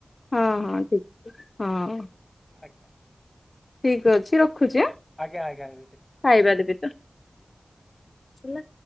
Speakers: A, on the left (about 55°); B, on the left (about 20°).
A: ହଁ ହଁ ଠିକ୍ ହଁ।
B: ଆଜ୍ଞା।
A: ଠିକ ଅଛି ରଖୁଛି ଆଁ।
B: ଆଜ୍ଞା ଆଜ୍ଞାି ଦି ଦି।
A: ଖାଇବା ଦେବି ତ ହେଲା।